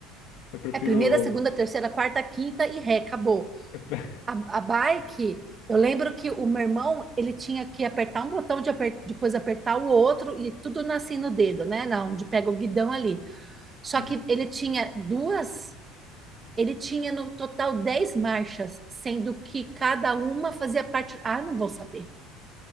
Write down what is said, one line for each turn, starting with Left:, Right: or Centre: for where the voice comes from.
Left: Eu prefiro.
Right: É primeira, segunda, terceira, quarta, quinta e ré, acabou.
Left: eu pre-
Right: A, a bike, eu lembro que o meu irmão, ele tinha que apertar um botão, de aper- depois apertar o outro e tudo nascia no dedo, né? Na onde pega o guidão ali. Só
Left: <laughs>
Right: que ele tinha duas, ele tinha no total dez marchas, sendo que cada uma fazia parte. Ah, não vou saber,